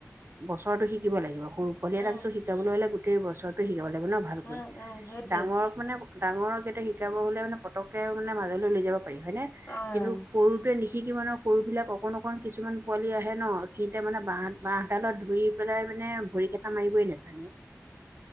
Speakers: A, on the right; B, on the left.
A: বছৰটো শিকিব লাগিব। সৰু পোৱালি
B: উম,
A: এতাকতো শিকাবলৈ হ'লে গোটেই গোটেই বছৰটোয়ে শিকাব লাগিব ন ভালক
B: উম, উম, সেইটোৱে।
A: ডাঙৰক মানে ডাঙৰকেইটা শিকাব হ'লে মানে পতকে মানে মাজলৈ লৈ যাব পাৰি হয়নে
B: উম,
A: কিন্তু সৰু সিটোৱে নিশিকিব ন। সৰুবিলাক অকণ অকণ কিছুমান পোৱালি আহে ন সিতে মানে বাঁহ বাঁহডালত ধৰি পেলাই মানে ভৰি কেইটা মাৰিবই নেজানে।